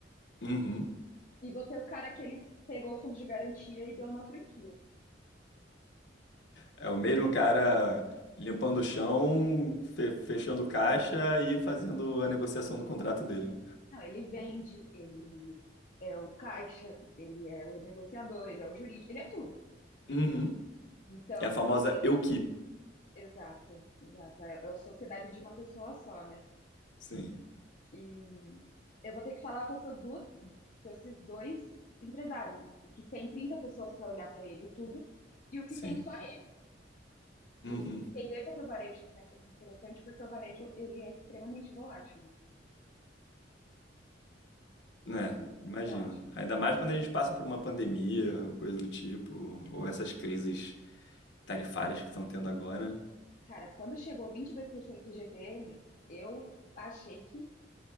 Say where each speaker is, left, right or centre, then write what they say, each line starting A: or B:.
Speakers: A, on the left; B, on the left.
A: Uhum.
B: E vou ter o cara que ele pegou o fundo de garantia e deu uma franquia.
A: É o mesmo cara limpando o chão, fe- fechando caixa e fazendo a negociação do contrato dele. né?
B: Não, ele vende, ele é o caixa, ele é o negociador, ele é o jurídico, ele é tudo.
A: Uhum.
B: Então,
A: É a famosa
B: eu tenho.
A: eu
B: Exato, exato. É é a sociedade de uma pessoa só, né?
A: Sim,
B: E eu vou ter que falar com essas duas, com esses dois empresários, né? O que tem 30 pessoas para olhar para ele tudo e o que
A: sim.
B: tem só ele.
A: Uhum.
B: E entender sobre o varejo também foi muito interessante, porque o varejo ele é extremamente volátil. né?
A: É,
B: Ele é muito
A: imagina.
B: volátil.
A: Ainda mais quando a gente passa por uma pandemia ou coisa do tipo, ou essas crises tarifárias que estão tendo agora.
B: Cara, quando chegou 22% de GPM, eu achei que,